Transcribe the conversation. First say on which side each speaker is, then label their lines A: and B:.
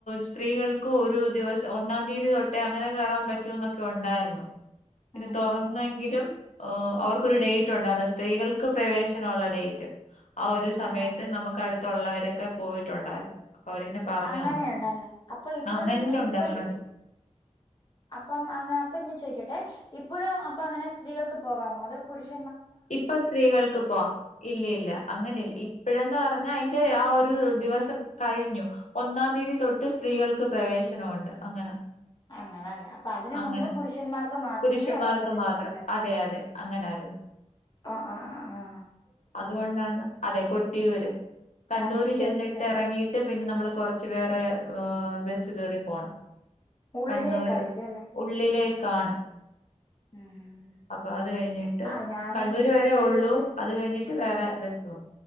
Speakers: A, on the left; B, on the left.
A: സ്ത്രീകൾക്കും ഒരു ദിവസം ഒന്നാം തീയതി തൊട്ട് ത്ത് അങ്ങനെ കേറാൻ പറ്റൂന്നൊക്കെ ഒണ്ടായിരുന്നു ഇത്
B: ഉം
A: തുറന്നെങ്കിലും.
B: ഉം
A: ഓ അവർക്കൊരു ഡേറ്റ് ഉണ്ടായിരുന്നു, സ്ത്രീകൾക്ക് പ്രവേശനമുള്ള ഡേറ്റ്. ആ ഒരു സമയത്ത്
B: അങ്ങനെ
A: നമുക്ക് അടുത്തുള്ളവരൊക്കെ പോയിട്ടുണ്ടായിരുന്നു. അവരിങ്ങനെ പറഞ്ഞു
B: അങ്ങനെയുണ്ടല്ലേ
A: തന്നു.
B: അപ്പൊ ഇപ്പഴും
A: ആ അങ്ങനെല്ലാം
B: ഇപ്പൊ
A: ഉണ്ട് അങ്ങനുണ്ട്.
B: ഈ. അപ്പം അങ്ങ് അപ്പൊ ഞാൻ ചോദിക്കട്ടെ ഇപ്പോഴും അപ്പൊ അങ്ങനെ സ്ത്രീകൾക്ക് പോകാമോ അതോ പുരുഷ
A: ഇപ്പൊ സ്ത്രീകൾക്ക് പോവാം, ഇല്ലില്ല അങ്ങനെയില്ല ഇപ്പോഴെന്ന പറഞ്ഞാൽ. ട്ട് ആ ഒരു ദിവസം കഴിഞ്ഞൂ, ഒന്നാം തീയതി തൊട്ട് സ്ത്രീകൾക്ക് പ്രവേശനമുണ്ട് അങ്ങനെ.
B: അങ്ങനല്ലേ അപ്പൊ അതിന്
A: അങ്ങനെ
B: മുമ്പ് പുരുഷന്മാർക്ക് മാത്രമേ
A: പുരുഷന്മാർക്ക്
B: അവിടെ പ്രവേശനം
A: മാത്രം അതെ അതെ അങ്ങനെ. രുന്നു
B: ആഹ് ആഹ് ആഹ് ആഹ്
A: അതുകൊണ്ടാണ് അതെ കൊട്ടിയൂര്. കണ്ണൂര്
B: ആ ഞാൻ കേട്ടിട്ടുണ്ട്
A: ചെന്നിട്ട് ഇറങ്ങിയിട്ട് പിന്നെ നമ്മള് കൊറച്ച് വേറെ ഏർ. ആ ബസ് കയറി പോണം,
B: ഉള്ളിലേക്കായിരിക്കും
A: കണ്ണൂര്
B: അല്ലെ
A: ഉള്ളിലേക്കാണ്.
B: ഉം
A: അപ്പൊ അത് കഴിഞ്ഞിട്ട്
B: ആ ഞാന്
A: കണ്ണൂര് വരെ
B: റീൽസിൽ
A: ഒള്ളൂ, അത് കഴിഞ്ഞിട്ട് വേറെ ബസ്.